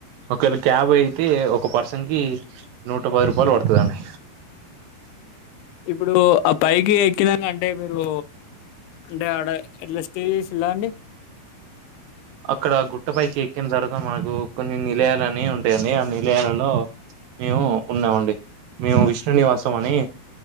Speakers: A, on the right; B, on the left.
A: ఒకవేళ క్యాబ్ అయితే ఒక పర్సన్కి నూట పది రూపాయలు పడుతుందండి
B: ఇప్పుడు ఆ పైకి ఎక్కినాంగా అంటే మీరు అంటే ఆడ ఎట్లా స్టేజస్ ఇలా అండి
A: అక్కడ గుట్ట పైకి ఎకిందారు మనకు కొన్ని నిలయాలుని ఉంటాయండి ఆ నిలయాలలో మేము ఉన్నామండి మేము విష్ణు నివాసం అని